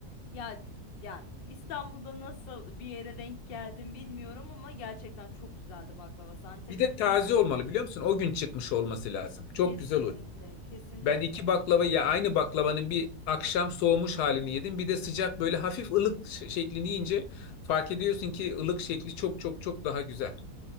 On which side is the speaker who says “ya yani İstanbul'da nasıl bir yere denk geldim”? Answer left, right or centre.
Left